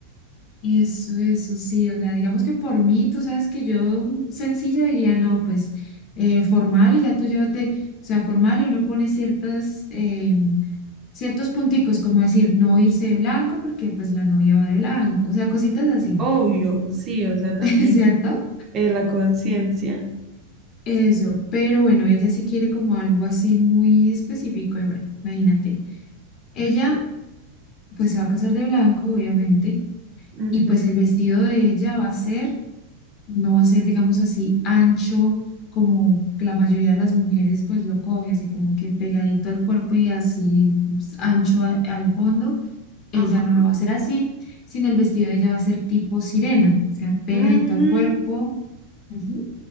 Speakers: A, on the left (about 35°); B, on the right (about 30°).
A: Eso, eso sí, o sea, digamos que por mí, tú sabes que yo sencilla diría, no, pues eh, formal y ya tú llévate, o sea, formal y uno pone ciertas, eh, ciertos punticos, como decir, no irse de blanco porque pues la novia va de blanco, o sea, cositas así,
B: Obvio, sí, o sea, también
A: <laughs> ¿cierto?
B: eh, la conciencia.
A: Eso, pero bueno, ella sí quiere como algo así muy específico y bueno, imagínate, ella pues se va a casar de blanco, obviamente,
B: Ujú,
A: y pues el vestido de ella va a ser... no va a ser, digamos así, ancho como la mayoría de las mujeres pues lo coge, así como que pegadito al cuerpo y así pues, ancho a- al fondo. Ella
B: Ajá.
A: no lo va a hacer así, sino el vestido de ella va a ser tipo sirena, o sea, pegadito
B: Mm,
A: al cuerpo. ujú,